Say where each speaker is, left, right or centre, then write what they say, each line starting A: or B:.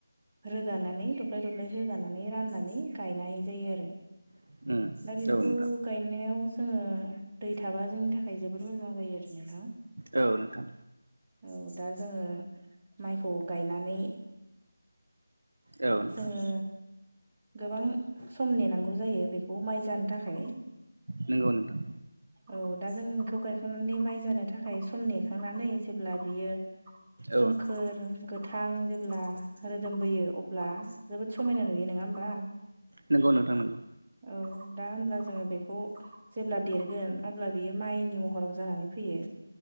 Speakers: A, on the right; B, on the right.
A: रोगानानै दब्लाय दब्लाय रोगानानै राननानै गायनाय जायो आरो
B: उम औ
A: दा बेखौ
B: नोंथां
A: गायनायाव जोङो दै थाबा जोंनि थाखाय जोबोद मोजां जायो आरो नोंथां।
B: औ नोंथां
A: औ दा जोङो माइखौ गायनानै
B: औ नोंथां
A: जोङो गोबां सम नेनांगौ। गौ जायो बेखौ माइ जानो थाखाय
B: नोंगौ नोंथां।
A: औ दा जोंखौ गायखांनानै माइ जानो थाखाय सम नेखांनानै जेब्ला बियो सोमखोर
B: औ
A: गोथां जेब्ला रोदोमबोयो अब्ला जोबोद समायना नुयो नङा होमबा
B: नोंगौ नोंथां नंगौ।
A: औ दा होमब्ला जोङो बेखौ जेब्ला देरगोन अब्ला बियो माइनि महराव जानानै फैयो।